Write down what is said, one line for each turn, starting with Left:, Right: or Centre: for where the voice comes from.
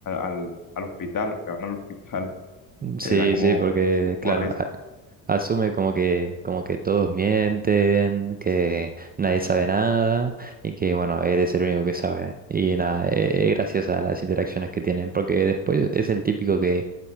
Left: al, al hospital, los que van al hospital, <laughs>
Right: Sí,
Left: te da como,
Right: sí, porque
Left: como
Right: claro,
Left: risa.
Right: a- asume como que, como que todos mienten, que nadie sabe nada y que bueno, él es el único que sabe. Y nada, e- es graciosa las interacciones que tienen, porque después es el típico que